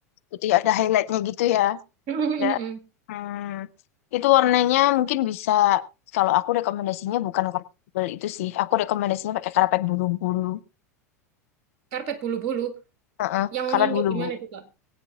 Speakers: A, on the left; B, on the right.
A: putih ada highlightnya gitu ya.
B: <laughs>
A: Nggak. Hmm, itu warnanya mungkin bisa, kalau aku rekomendasinya bukan karpet tebal itu sih. Aku rekomendasinya pakai karpet bulu-bulu.
B: karpet bulu-bulu
A: Heeh,
B: yang
A: karpet
B: yang
A: bulu-bulu.
B: kayak gimana tuh kak